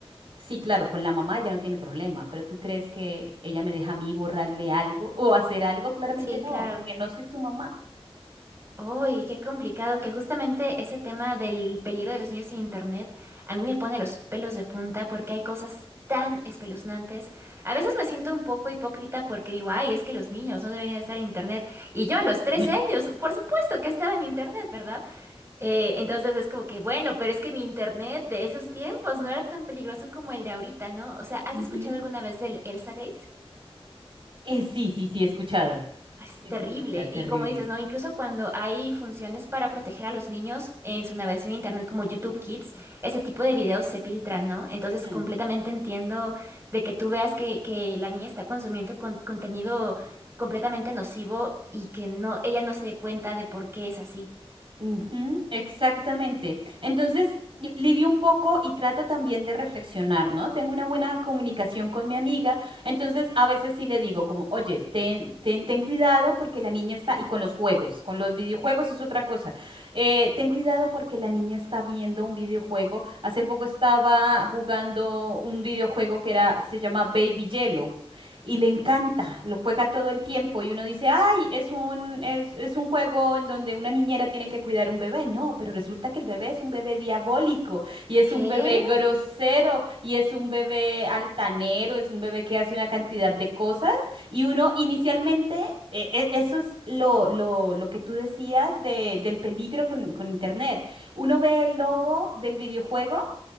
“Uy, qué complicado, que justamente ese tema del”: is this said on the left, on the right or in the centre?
Right